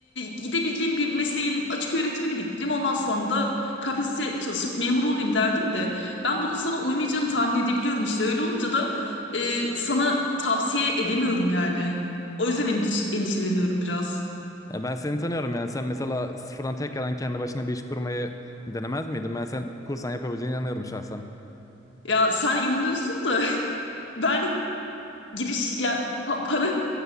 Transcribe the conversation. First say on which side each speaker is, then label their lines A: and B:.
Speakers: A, on the left (about 80°); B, on the left (about 20°).
A: gidebileceğim bir mesleğin açık öğretimini bitireyim. Ondan sonra da KPSS'ye çalışıp memur olayım derdim de. Ben bunun sana uymayacağını tahmin edebiliyorum işte. Öyle olunca da e, sana tavsiye edemiyorum yani. O yüzden endişe- endişeleniyorum biraz.
B: Ya ben seni tanıyorum yani sen mesela sıfırdan tekrardan kendi başına bir iş kurmayı denemez miydin? Ben sen kursan yapabileceğine inanıyorum şahsen.
A: Ya sen inanıyorsun da <laughs> ben giriş ya pa- para